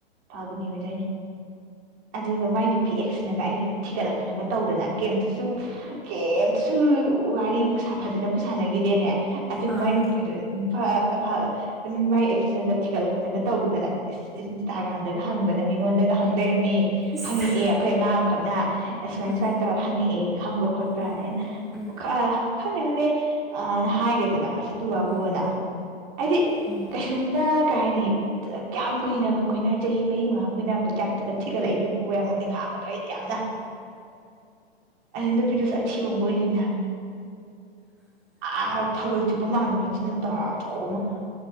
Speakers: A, on the right; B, in the centre.
A: ꯐꯕꯅꯤ ꯑꯣꯏꯗꯣꯏꯅꯦ ꯑꯗꯨꯒ ꯃꯥꯏ ꯅꯨꯄꯤ ꯑꯦꯛꯁꯅꯒ ꯑꯩꯁꯦ ꯊꯤꯒꯠꯂꯛꯇꯅꯒ ꯇꯧꯗꯅ ꯀꯩꯝꯇꯁꯨ ꯀꯩꯇꯁꯨ ꯋꯥꯔꯤꯕꯨ ꯁ ꯐꯖꯅꯕꯨ ꯁꯥꯟꯅꯈꯤꯗꯦꯅꯦ ꯑꯗꯨ ꯀꯃꯥꯏꯅ
B: ꯑꯥ
A: ꯄꯤꯔ ꯐ ꯑꯗꯨꯝ ꯃꯥꯏꯛꯁꯤꯟꯅꯒ ꯊꯤꯒꯠꯂꯛꯇꯒ ꯇꯧꯗꯅ ꯏꯟꯁꯇꯥꯒ꯭ꯔꯥꯝꯗꯒ ꯍꯪꯗꯅ ꯃꯤꯉꯣꯟꯗꯒ ꯍꯪꯗꯔꯝꯃꯤ
B: ꯏꯁ
A: ꯍꯪꯉꯛꯑꯦ ꯑꯩꯈꯣꯏ ꯑꯉꯥꯡ ꯑꯃꯈꯛꯅ ꯁꯨꯃꯥꯏ
B: ꯎꯝ
A: ꯁꯨꯃꯥꯏꯅ ꯇꯧꯔꯒ ꯍꯪꯉꯛꯑꯦ ꯈꯪꯕꯥ ꯈꯣꯠꯄ꯭ꯔꯅ
B: ꯎꯝ
A: ꯑꯩꯅ
B: ꯎꯝ
A: ꯈ ꯍꯦ ꯍꯦ ꯑ ꯍꯥꯏꯦꯗꯅ ꯑꯁ ꯑꯗꯨ ꯋꯥꯕꯣꯅ
B: ꯎꯝ
A: ꯍꯥꯏꯗꯤ
B: ꯎꯝ
A: ꯀꯩꯁꯨꯝꯇ ꯀꯩ ꯍꯥꯏꯅꯤ ꯀꯌꯥꯝ ꯀꯨꯏꯅꯒ ꯀ‌ꯣꯏꯅ ꯆꯍꯤ ꯃꯔꯤ ꯃꯉꯥ ꯀ‌ꯣꯏꯅꯔꯛꯄꯩ ꯇꯥꯏꯄꯇꯥꯒ ꯊꯤꯒꯠꯂꯛꯏ ꯑꯗꯨꯕꯨꯕ ꯌꯥꯝ ꯅ‌ꯣꯛꯅꯤꯡꯉꯥꯕ ꯑꯗꯣ ꯑꯩꯗꯤ ꯌꯥꯝꯅ ꯑꯗꯨꯗ ꯅꯨꯄꯤꯗꯨꯁꯨ ꯑꯊꯤꯕ ꯑꯃ ꯀ‌ꯣꯏꯒꯤꯕꯅꯤ ꯍꯥꯏꯕ ꯑꯥ ꯊꯧꯔꯣꯏ ꯆꯨꯞꯄ ꯃꯥꯟꯕ ꯃꯆꯤꯟ ꯅ ꯇꯧꯔꯆꯧ ꯑꯃ